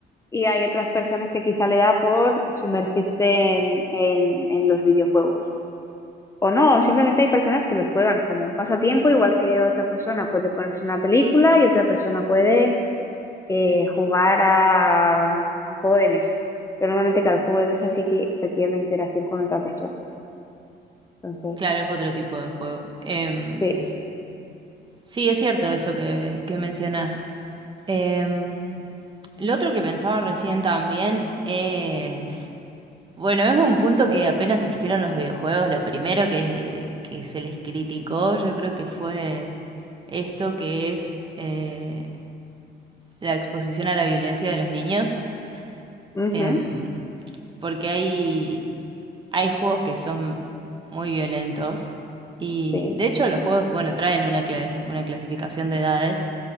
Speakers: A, on the left; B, on the right.
A: y hay otras personas que quizá le da por sumergirse en, en- en los videojuegos. O no, simplemente hay personas que los juegan como un pasatiempo, igual que otra persona puede ponerse una película y otra persona puede eh, jugar a a un juego de mesa. Pero normalmente cada juego de mesa sí que requiere una interacción con otra persona. Entonces,
B: Claro, es otro tipo de juego. Em,
A: sí.
B: sí, es cierto eso que, que mencionás. Em, lo otro que pensaba recién también es Bueno, es un punto que apenas surgieron los videojuegos, lo primero que, que se les criticó, yo creo que fue esto que es eh, la exposición a la violencia de los niños,
A: Ujú,
B: em, porque hay, hay juegos que son muy violentos y
A: sí,
B: de hecho los juegos, bueno, traen una, cla- una clasificación de edades,